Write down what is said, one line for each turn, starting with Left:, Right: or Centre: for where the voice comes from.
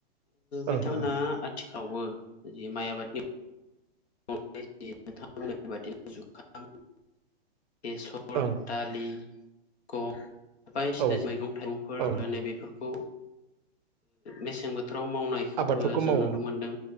Right: ओं
Left: बिथांमोनहा
Right: ओं
Left: आथिखालावबो जि माइ आबादनि <unintelligible> बेसर
Right: ओं
Left: दालि गम, बायदिसना
Right: औ
Left: मैगं थाइगंफोर
Right: ओं
Left: नैबेफोरखौ मेसें बोथोराव मावनायखौ
Right: आबादफोरखौ
Left: जों
Right: मावो
Left: नुनो मोनदों